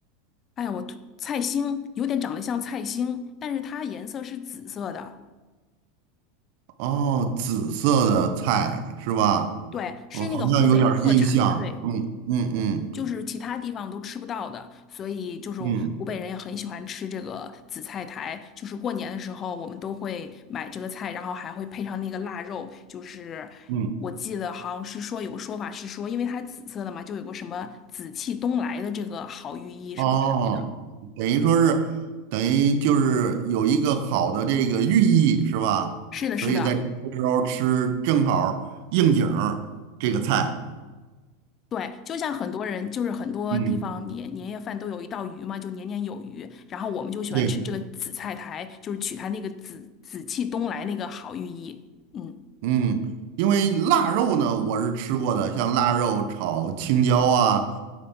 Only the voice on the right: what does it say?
哦，紫色的菜是吧？
我好像有点儿印象。
嗯嗯嗯
嗯
嗯。
哦，等于说是，等于就是有一个好的这个寓意是吧？
所以在这个时候吃正好儿应景儿这个菜。
嗯，
对。
嗯，因为腊肉呢，我是吃过的，像腊肉炒青椒啊，